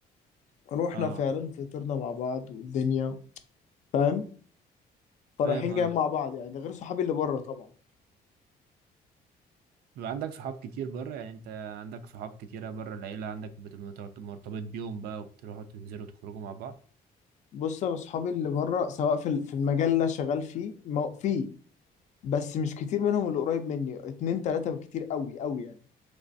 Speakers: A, on the left; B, on the right.
A: فروحنا
B: اه
A: فعلا فطرنا مع بعض والدنيا فاهم فرايحين
B: فاهم
A: جايين مع بعض يعني ده غير صحابي اللي بره طبعا
B: بيبقى عندك صحاب كتير بره يعني انت عندك صحاب كتيرة بره العيلة عندك بت- مترت- مرتبط بيهم بقى وبتروحوا تنزلوا تخرجوا مع بعض
A: بص يا صحابي اللي بره سواء في في المجال اللي أنا شغال فيه مو... في بس مش كتير منهم اللي قريب مني اتنين تلاتة بالكتير قوي قوي يعني